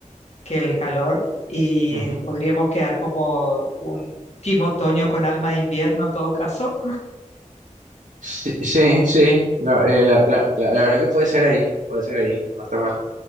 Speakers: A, on the left; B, on the right.
A: que el calor y
B: Ujú.
A: podríamos quedar como un team otoño con alma de invierno en todo caso,
B: Sí, sí, sí. La, eh, la, la, la, la verdad que puede ser ahí, puede ser ahí, no está mal.